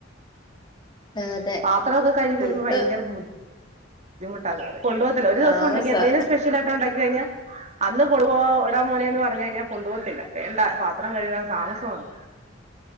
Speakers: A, on the left; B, on the right.
A: അതെ
B: പാത്രൊക്കെ കഴികി
A: ഫുഡ്
B: വരുമ്പോ ഭയങ്കര ബുദ്ധി ബുദ്ധിമുട്ടാണ് കൊണ്ടു പോകത്തില്ല ഒരു
A: താമസാ
B: ദവസം ഉണ്ടങ്കിൽ എന്തെങ്കിലും സ്പെഷ്യൽ ആയിട്ട് ഉണ്ടാക്കി കഴിഞ്ഞാ അന്ന് കൊണ്ടുപോടാ മോനേന്ന് പറഞ്ഞു കഴിഞ്ഞാൽ കൊണ്ടുപോകത്തില്ല വേണ്ട പാത്രം കഴ്കാൻ താമസന്.